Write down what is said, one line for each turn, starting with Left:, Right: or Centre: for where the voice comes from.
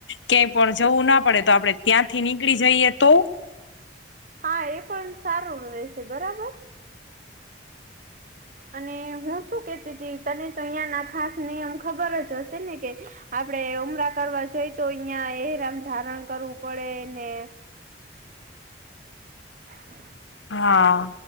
Left: ક્યાંય પણ જવું ના પડે. તો આપડે ત્યાંથી નીકળી જઈએ તો.
Right: હા, એ પણ સારું રહેશે. બરાબર.
Left: <unintelligible>
Right: અને હું શું કેતી ત તને? તો અહિયાં ના ખાસ નિયમ ખબર જ હશે ને કે? આપડે ઉમરા કરવા જોઈ તો અહિયાં એરામ ધારણ કરવું પડે ને? હમ.
Left: હા,